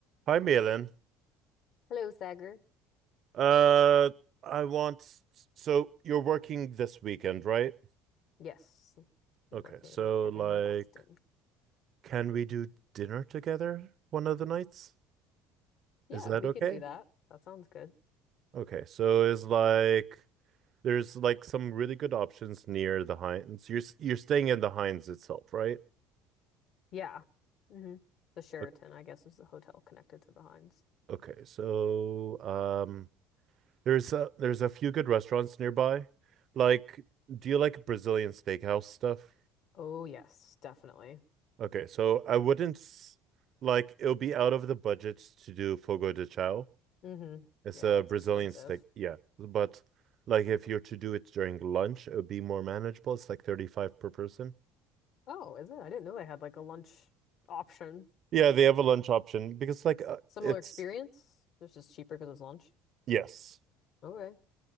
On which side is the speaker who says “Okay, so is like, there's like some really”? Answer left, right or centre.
Right